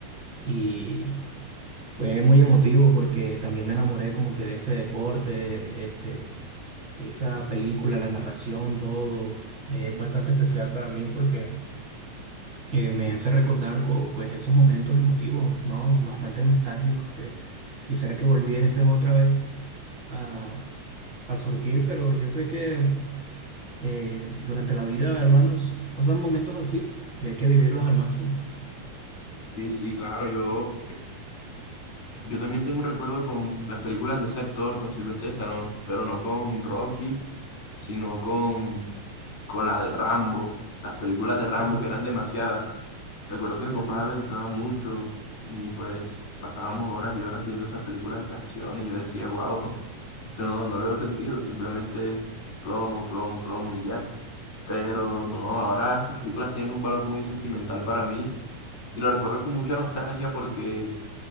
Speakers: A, on the right (about 40°); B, on the left (about 60°).
A: y fue muy emotivo porque también me enamoré como que de ese deporte, este esa película, la narración, todo es bastante especial para mí porque eh, me hace recordar co- pues, esos momentos emotivos, ¿no? Bastante nostálgicos que quisiera que volviesen otra vez a, a surgir, pero yo sé que eh, durante la vida, hermanos, pasan momentos así y hay que vivirlos al máximo.
B: Sí, sí, claro, yo, yo también tengo un recuerdo con las películas de ese actor, con Sylvester Stallone, pero no con Rocky, sino con, con la de Rambo, las películas de Rambo
A: Uf,
B: que eran demasiadas. Recuerdo que a mi
A: Sí,
B: papá
A: sí,
B: le gustaba mucho y pues pasábamos horas y horas viendo esas películas de acción y yo decía, wow, <laughs> esto no, no le veo sentido, simplemente plomo, plomo, plomo y ya. Pero no, ahora esas películas tienen un valor muy sentimental para mí y lo recuerdo con mucha nostalgia porque,